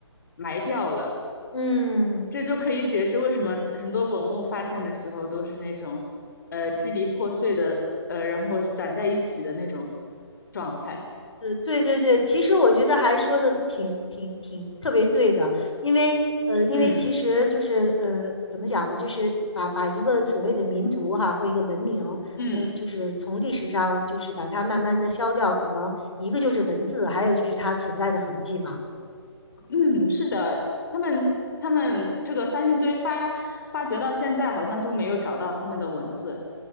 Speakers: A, on the left (about 45°); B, on the left (about 80°).
A: 埋掉了。
B: 嗯，
A: 这就可以解释为什么很多文物发现的时候都是那种，呃，支离破碎的，呃，然后散在一起的那种状态。
B: 呃，对对对，其实我觉得还说的挺挺挺特别对的，因为呃，因为其实就是呃，
A: 嗯
B: 怎么讲呢，就是把把一个所谓的民族哈或一个文明，
A: 嗯
B: 呃，就是从历史上就是把它慢慢的消掉，可能一个就是文字，还有就是它存在的痕迹嘛。
A: 嗯，是的，他们他们这个三星堆发发掘到现在好像都没有找到他们的文字，